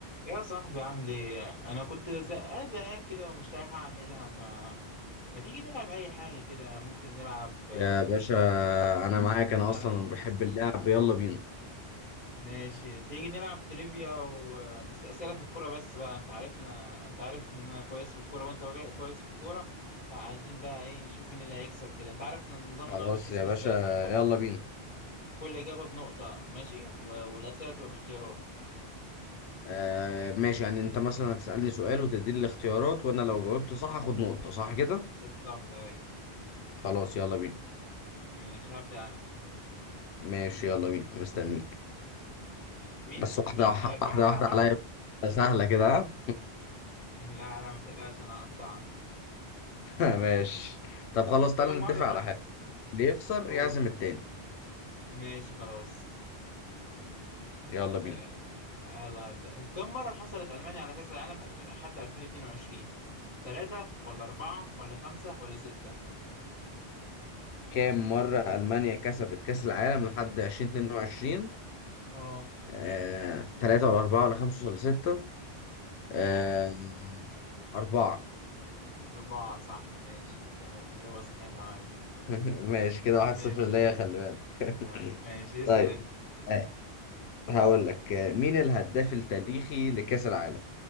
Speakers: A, on the left; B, on the left.
A: يا صاحبي عامل ايه انا كنت زهقان زهقان كده ومش عارف اعملها فما تيجي نلعب اي حاجه كده ممكن نلعب آه،
B: يا باشا انا معاك
A: نلعب
B: انا اصلا
A: ايه
B: بحب اللعب يلا بينا
A: ماشي تيجي نلعب تريفيا و... آه، بس اسئله في الكوره بس بقى انت عارفنا انت عارف ان انا كويس في الكوره وانت راجل كويس في الكوره فعايزين بقى ايه نشوف مين اللي هيكسب كده انت عارف ان نظام
B: خلاص
A: النقط بيتحسب
B: يا
A: ازاي
B: باشا
A: صح كل
B: يلا بينا
A: كل اجابه بنقطه ماشي و... والاسئله تبقى باختيارات
B: آه ماشي يعني انت مثلا هتسألني سؤال وتديني الاختيارات وانا لو جاوبت صح هاخد نقطة صح كده
A: بالظبط ايوه
B: خلاص يلا بينا
A: ماشي هبدا انا
B: ماشي يلا بينا مستنيك
A: ماشي مين
B: بس واحدة
A: مين آه، كم
B: واحدة
A: مره
B: واحدة
A: حصلت
B: عليا سهلة كده ها
A: لا لا ما تقلقش انا هقطعك
B: <laughs> ماشي طب خلاص
A: ك-
B: تعالى
A: كم مرة
B: نتفق
A: حصل
B: على حاجة اللي يخسر
A: اقول
B: يعزم التاني
A: ماشي خلاص
B: يلا بينا
A: آه، يلا هبدأ كم مرة حصلت ألمانيا على كأس العالم 2000 حتى 2022 ثلاثة ولا أربعة ولا خمسة ولا ستة
B: كام مرة ألمانيا كسبت كأس العالم لحد 2022
A: اه
B: آه، تلاتة ولا أربعة ولا خمسة ولا ستة آه، أربعة
A: أربعة صح ماشي تمام إجابة صحيحة يا معلم
B: <laughs> ماشي كده واحد
A: ماشي
B: صفر ليا خلي بالك
A: آه،
B: <laughs>
A: ماشي اسأل
B: طيب
A: أنت
B: آه، هقول لك آه، مين الهداف التاريخي لكأس العالم؟